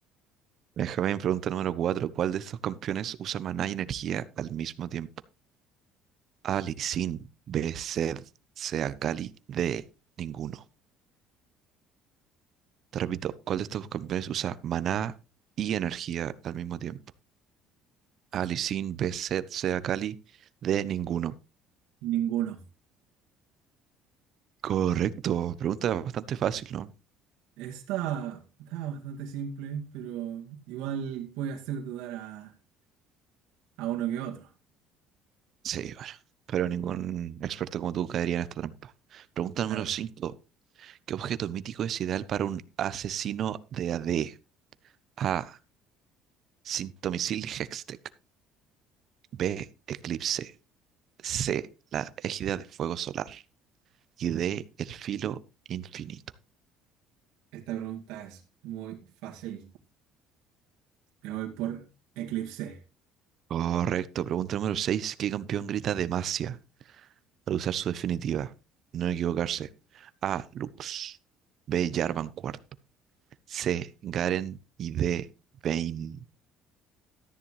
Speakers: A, on the right; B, on the right.
A: Benjamín, pregunta número cuatro ¿Cuál de estos campeones usa maná y energía al mismo tiempo? A, Lee Sin. B, Zed. C, Akali. D, ninguno. Te repito, ¿cuál de estos campeones usa maná y energía al mismo tiempo? A, Lee Sin. B, Zed. C, Akali. D, ninguno.
B: Ninguno.
A: Correcto. Pregunta bastante fácil, ¿no?
B: Está, está bastante simple, pero igual puede hacer dudar a, a uno que otro.
A: Sí, bueno. Pero ningún experto como tú caería en esta trampa. Pregunta
B: Claro,
A: número cinco ¿Qué objeto mítico es ideal para un asesino de A D? A. Sintomisil Hextech. B. Eclipse. C. La égida de fuego solar. Y D. El filo infinito.
B: esta pregunta es muy fácil. Me voy por eclipse.
A: Correcto. Pregunta número seis ¿Qué campeón grita Demacia al usar su definitiva? No equivocarse. A. Lux. B. Jarvan cuarto. C. Garen. Y D. Vayne.